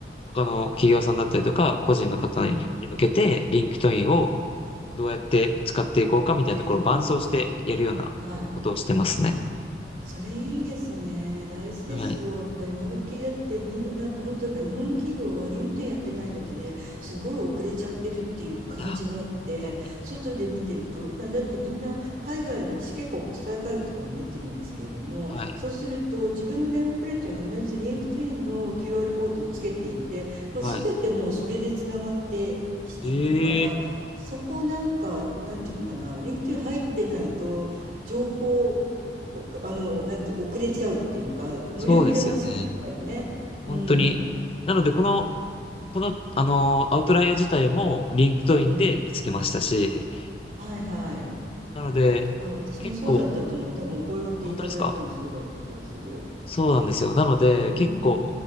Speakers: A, on the left; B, on the right.
A: 他の企業さんだったりとか、個人の方に向けて、
B: うん、
A: リンクトインを
B: うん、
A: どうやって使っていこうかみたいなところを伴走してやるようなことをしてますね。
B: 復旧、うん、はい。あ、それいいですね。大事ですよ。
A: はい。
B: やっぱ今時だってみんななんか本当だから日本の企業はリンクトインやってないだけですごい遅れちゃってるっていう感じがあって、
A: いや、本当に、
B: 外で見てると今だってみんな海外の私結構国際会議とかも出てるんですけれども、
A: はい。
B: そうすると自分のネームプレートに必ずリンクトインの QR コードをつけていて、もう全てもうそれでつながっていくから、
A: はい。ええ、
B: そこをなんか、なんていうのかな、リンクトイン入ってないと、情報あの、なんて遅れちゃうっていうか、乗り遅れますよね、
A: そうですよね。
B: やっぱりね。うん。
A: 本当に。なので、この、この、あのーアウトライヤー自体も、リンクトインで見つけましたし、
B: うん。はいはい。
A: なので、
B: あ、私もそうだったと思う。
A: 結構、
B: 多分お声掛けいただいたのそうだった気がする。
A: 本当ですかそうなんですよ。なので、
B: うん。
A: 結構、